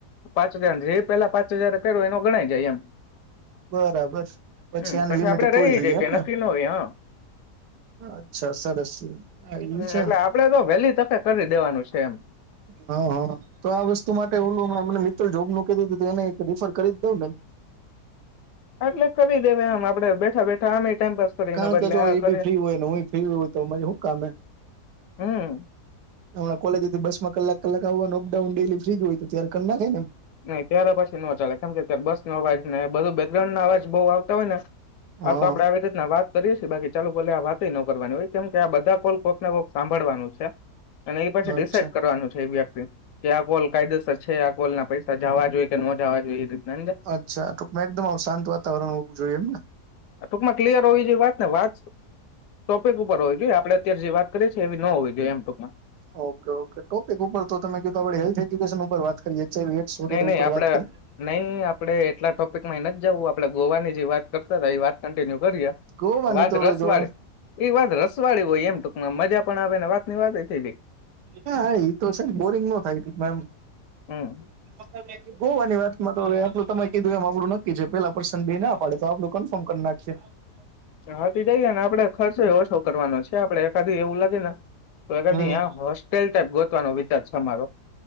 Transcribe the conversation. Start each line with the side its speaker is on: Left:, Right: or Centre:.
Left: પાંચ હજાર જે પેલા પાંચ હજાર કર્યો એનો ગણાય જાય એમ,
Right: બરાબર પછી
Left: હમ
Right: આની લિમિટ
Left: આપડે
Right: પૂરી
Left: રહી
Right: થઈ જાય
Left: કઈ
Right: એમ ને?
Left: ન હોવે હા
Right: અચ્છા સરસ એ છે એમ
Left: હમ
Right: હ
Left: એટલે આપડે તો વહેલી તકે કરી દેવાનું છે એમ
Right: હ તો આ વસ્તુ માટે ઓલુંંમને મિત્ર જો. મકી દ એને રીફર કરી જ દઉં નેમ?
Left: એટલે કરી દેવા આમ આપડે બેઠા બેઠા આમે ટાઈમપાસ કરીને
Right: કારણ
Left: બદલે
Right: કે જો
Left: આ
Right: એઈ
Left: કરીએ
Right: ભી ફ્રી હોય, ને હું ફ્રી હો હોય તો મ શું કામે
Left: હમ્મ
Right: હમણા કોલેજથી બસ માં કલાક કલાક આવવાનું અપડાઉન ડેલી ફ્રીજ હોય, તો ત્યારે કરના થાય એમ
Left: નઈ ત્યારે પછી નો ચાલે કારમ કે બસો અવાજ નને બધું બેકગ્રાન્ડો અવાજ બહ આવ હોય ને
Right: હા
Left: આ તો આપડે આવી રીત વાત કરીએ બાકી ચાલુ ભલે આ વાત ન કરવાની હોય કેમ કે આ બધા કોલ કોક ને કોક સાંભળવાનું છે. અને એ પછી
Right: હા
Left: ડિસાાઈડ
Right: અચ્છા
Left: કરવાનું છે, એ વ્યક્તિ કે આ કોલ કાયદેસર છે આ કોલ ના પૈસા જવા જોઈએ કે ન જવા જોઈએ, રીતના સમજ્યા?
Right: અચ્છા ટક એકદમ અવશાંત વાતાવરણ હોવું જોઈએ, એમને
Left: ટૂંકમાં ક્લિયર હોવી જોઈ વાત ને વાત ટોપિક ઉપર હોવી જોઈએ, આપડે અત્યારે જે વાત કરીએ છીએ એવી ન હોવી જોઈએ એમટુકમાં.
Right: ઓકે ઓકે ટોપિક ઉપર તો તમે ક આપડે હેલ્થ એજ્યુકેશન ઉપર વાત કરીએ, એચઆઈવી એડ્સ વગેરે
Left: નઈ નહી
Right: ઉપર
Left: આપડે
Right: વાત કરીએ
Left: નહી આપડે એટલા ટોપિક માં ન જવું આપડે ગોવાની જે વાત કરતા હતા, વાત કન્ટિન્યુ કરીએ
Right: ગોવાની
Left: વાદ
Right: તો
Left: રસ
Right: હવે જો
Left: વાળે એ વાદ રસ વાળ હોય એમ ટક મજા પણ આવે, ને વાત ની વાત થઈ જાય
Right: હા, એ તો છે બોરિંગ ન થાયક એમ
Left: હમ
Right: <unintelligible> હોોવાની વાત માં તોલું તમે કીધું એમ આપડું નક્કી છે પેલા પર્સન બે ના પાડે તો આપલું કન્ફર્મ કરી નાખી. <unintelligible>
Left: હટી જઈએ ને આપડે ખર્ચો ઓછો કરવાનો છે, આપડે એકાધી એવું લાગે ને તો કધી
Right: હમ
Left: યા હોસ્ટેલ ટાઈપ ગોતવાનો વિચાર છે, અમારો